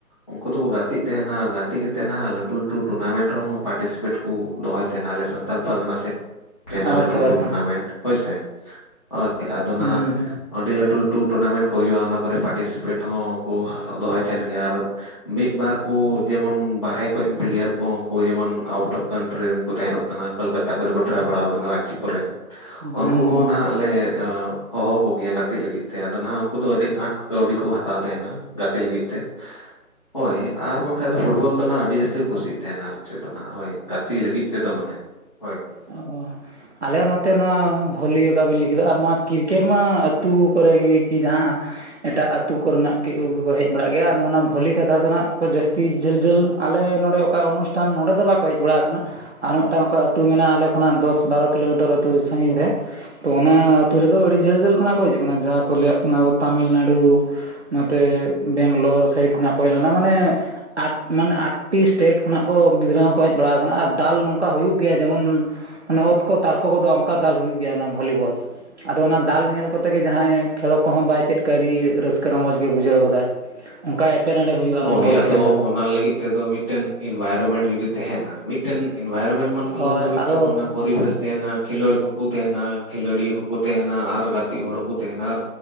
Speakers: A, on the left; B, on the right.
A: ᱩᱱᱠᱩ ᱫᱚᱠᱚ ᱜᱟᱛᱮᱜ ᱛᱟᱦᱮᱸᱱᱟ ᱟᱨ ᱜᱟᱛᱮ ᱠᱟᱛᱮᱫ ᱦᱟᱜ ᱞᱟᱹᱴᱩ ᱞᱟᱹᱴᱩ ᱴᱩᱨᱱᱟᱢᱮᱱᱴ ᱨᱮᱦᱚᱸ ᱯᱟᱴᱤᱥᱤᱯᱮᱴ ᱫᱚᱦᱚᱭ ᱛᱟᱦᱮᱸᱱᱟ ᱟᱞᱮ ᱥᱟᱱᱛᱟᱲ ᱯᱟᱨᱜᱟᱱᱟ ᱥᱮ ᱯᱮᱱᱮᱞ
B: ᱟᱪᱪᱷᱟ
A: ᱞᱟᱹᱴᱩ ᱞᱟᱹᱴᱩ
B: ᱟᱪᱪᱷᱟ
A: ᱴᱩᱨᱱᱟᱢᱮᱱᱴ ᱦᱳᱭᱥᱮ ᱦᱳᱭ ᱟᱫᱚ
B: ᱦᱩᱸ
A: ᱱᱟᱜ ᱟᱹᱰᱤ ᱞᱟᱹᱴᱩ ᱞᱟᱹᱴᱩ ᱴᱩᱨᱱᱟᱢᱮᱱᱴ ᱠᱚ ᱦᱩᱭᱩᱜᱼᱟ ᱚᱱᱟ ᱠᱚᱨᱮ ᱯᱟᱴᱤᱥᱤᱯᱮᱴ ᱦᱚᱸᱠᱚ ᱦᱟᱛᱟᱣ ᱫᱚᱦᱚᱭ ᱛᱟᱦᱮᱸᱱ ᱜᱮᱭᱟ ᱟᱨ ᱢᱤᱫᱵᱟᱨ ᱠᱚ ᱡᱮᱢᱚᱱ ᱵᱟᱨᱦᱮ ᱠᱷᱚᱱ ᱯᱞᱮᱭᱟᱨ ᱠᱚᱦᱚᱸ ᱩᱱᱠᱩ ᱡᱮᱢᱚᱱ ᱟᱣᱩᱴ ᱚᱯᱷ ᱠᱟᱱᱴᱨᱤ ᱨᱮᱱ ᱠᱚ ᱛᱟᱦᱮᱱᱚᱜ ᱠᱟᱱᱟ ᱠᱚᱞᱠᱟᱛᱟ ᱠᱚᱨᱮ ᱰᱮᱨᱟ ᱵᱟᱲᱟ ᱟᱠᱟᱱᱟ ᱨᱟᱺᱪᱤ ᱠᱚᱨᱮ
B: ᱦᱩᱸ
A: ᱩᱱᱠᱩ
B: ᱦᱩᱸ
A: ᱠᱚ ᱦᱚᱸ ᱱᱟᱦᱟᱜ ᱞᱮ ᱦᱚᱦᱚᱣ ᱠᱚᱜᱮᱭᱟ ᱜᱟᱛᱮᱜ ᱞᱟᱹᱜᱤᱫ ᱛᱮ ᱟᱫᱚ ᱦᱟᱜ ᱩᱱᱠᱩ ᱫᱚ ᱟᱹᱰᱤ ᱟᱸᱴ ᱠᱟᱹᱣᱰᱤ ᱠᱚ ᱦᱟᱛᱟᱣ ᱛᱟᱦᱮᱱᱟ ᱜᱟᱛᱮᱜ ᱞᱟᱹᱜᱤᱫ -ᱛᱮ ᱦᱳᱭ ᱟᱨ ᱵᱟᱝᱠᱷᱟᱱ ᱫᱚ ᱯᱷᱩᱴᱵᱚᱞ ᱫᱚ ᱱᱟᱜ ᱟᱹᱰᱤ ᱡᱟᱹᱥᱛᱤ ᱠᱚ ᱠᱩᱥᱤᱭᱟᱜ ᱛᱟᱦᱮᱱᱟ ᱟᱞᱮ ᱥᱮᱫ ᱫᱚ ᱦᱟᱜ ᱦᱳᱭ ᱜᱟ ᱛᱤ ᱞᱟᱹᱜᱤᱫ ᱛᱮᱫᱚ ᱢᱟᱱᱮ ᱦᱳᱭ᱾
B: ᱚᱻ ᱟᱞᱮ ᱦᱚᱸ ᱱᱚᱛᱮ ᱱᱚᱣᱟ ᱵᱷᱚᱞᱤ ᱚᱠᱟᱵᱤᱱ ᱞᱟᱹᱭ ᱠᱮᱫᱟ ᱟᱨ ᱱᱚᱣᱟ ᱠᱨᱤᱠᱮᱴ ᱢᱟ ᱟᱹᱛᱩ ᱠᱚᱨᱮ ᱜᱮ ᱠᱤ ᱡᱟᱦᱟᱸᱼᱼ ᱮᱴᱟᱜ ᱟᱹᱛᱩ ᱠᱚᱨᱮᱱᱟᱜ ᱠᱟᱹᱡ ᱦᱮᱡ ᱵᱟᱲᱟᱜ ᱜᱮᱭᱟ ᱟᱨ ᱱᱚᱣᱟ ᱵᱷᱚᱞᱤ ᱠᱟᱛᱷᱟ ᱫᱚ ᱦᱟᱸᱱᱟᱜ ᱠᱚ ᱡᱟᱹᱥᱛᱤ ᱡᱷᱟᱹᱞ ᱡᱷᱟᱹᱞᱼᱼ ᱟᱞᱮ ᱱᱚᱸᱰᱮ ᱚᱠᱟ ᱚᱱᱩᱥᱴᱷᱟᱱ ᱱᱚᱰᱮ ᱫᱚ ᱵᱟᱠᱚ ᱦᱮᱡ ᱵᱟᱲᱟ ᱟᱠᱟᱱᱟ᱾ ᱟᱨ ᱢᱤᱫᱴᱟᱝ ᱚᱱᱠᱟ ᱟᱹᱛᱩ ᱢᱮᱱᱟᱜᱼᱟ ᱟᱞᱮ ᱠᱷᱚᱱᱟᱜ ᱫᱚᱥ ᱵᱟᱨᱚ ᱠᱤᱞᱳᱢᱤᱴᱟᱨ ᱟᱹᱛᱩ ᱥᱟᱜᱤᱧ ᱨᱮ᱾ ᱛᱚ ᱚᱱᱟ ᱟᱹᱛᱩ ᱨᱮᱫᱚ ᱟᱹᱰᱤ ᱡᱷᱟᱹᱞ ᱡᱷᱟᱹᱞ
A: ᱦᱩᱸ
B: ᱠᱷᱚᱱᱟᱜ ᱠᱚ ᱦᱮᱡ ᱟᱠᱟᱱᱟ ᱡᱟᱦᱟᱸ ᱠᱚ ᱞᱟᱹᱭᱟᱜ ᱟᱵᱚ ᱛᱟᱹᱢᱤᱞᱱᱟᱲᱩ, ᱲᱩ ᱱᱚᱛᱮ ᱵᱮᱝᱞᱳᱨ ᱥᱟᱭᱤᱰ ᱠᱷᱚᱱᱟᱜ᱾ ᱠᱚ ᱦᱮᱡ ᱞᱮᱱᱟ ᱢᱟᱱᱮ ᱟᱴ ᱢᱟᱱᱮ ᱟᱴᱴᱤ ᱥᱴᱮᱴ ᱠᱷᱚᱱᱟᱜ ᱠᱚ ᱜᱤᱫᱽᱨᱟᱹ ᱦᱚᱸᱠᱚ ᱦᱮᱡ ᱵᱟᱲᱟ ᱟᱠᱟᱱᱟ ᱟᱨ᱾ ᱫᱟᱞ ᱱᱚᱝᱠᱟ ᱦᱩᱭᱩᱜ ᱜᱮᱭᱟ ᱡᱮᱢᱚᱱ ᱢᱟᱱᱮ ᱚᱛ ᱠᱚ ᱛᱟᱨᱠᱚ ᱠᱚᱫᱚᱜ ᱚᱱᱠᱟ ᱫᱟᱞ ᱦᱩᱭᱩᱜ ᱜᱮᱭᱟ ᱚᱱᱟ ᱵᱷᱚᱞᱤᱵᱚᱞ᱾ ᱟᱫᱚ ᱚᱱᱟ ᱫᱟᱞ ᱧᱮᱞ ᱠᱚᱛᱮ ᱜᱮ ᱡᱟᱦᱟᱸᱭ ᱠᱷᱮᱞᱳᱜ ᱠᱚᱦᱚᱸ ᱵᱟᱭ ᱪᱮᱫ ᱠᱟᱜ ᱟᱹᱰᱤ ᱨᱟᱹᱥᱠᱟᱹ ᱨᱚᱢᱚᱡᱽ ᱜᱮ ᱵᱩᱡᱷᱟᱹᱣ ᱜᱚᱫᱟ᱾ ᱚᱱᱠᱟ ᱮᱯᱮᱨᱦᱮᱸᱰᱮ ᱦᱩᱭᱩᱜᱼᱟ
A: ᱦᱳᱭ
B: ᱱᱚᱣᱟ ᱵᱷᱚᱞᱤ
A: ᱟᱫᱚ
B: ᱠᱷᱮᱞ ᱨᱮᱫᱚ
A: ᱚᱱᱟ ᱞᱟᱹᱜᱤᱫ ᱛᱮᱫᱚ ᱢᱤᱫᱴᱮᱱ ᱤᱱᱵᱟᱭᱨᱚᱢᱮᱱᱴ ᱡᱩᱫᱤ ᱛᱟᱦᱮᱱᱟ, ᱢᱤᱫᱴᱮᱱ ᱤᱱᱵᱷᱟᱭᱨᱚᱢᱮᱱᱴ ᱢᱚᱛᱞᱚᱵ
B: ᱦᱳᱭ
A: ᱫᱚ ᱢᱤᱫᱴᱮᱱ
B: ᱟᱫᱚ
A: ᱚᱱᱟ ᱯᱚᱨᱤᱵᱮᱥ ᱛᱟᱦᱮᱱᱟ ᱠᱷᱮᱞᱳᱲ ᱠᱚᱠᱚ ᱛᱟᱦᱮᱱᱟ, ᱠᱷᱮᱞᱳᱰᱤᱭᱟᱹ ᱠᱚᱠᱚ ᱛᱟᱦᱮᱱᱟ ᱟᱨ ᱜᱟᱛᱮᱜ ᱦᱚᱲ ᱠᱩ ᱛᱟᱦᱮᱱᱟ ᱟᱨ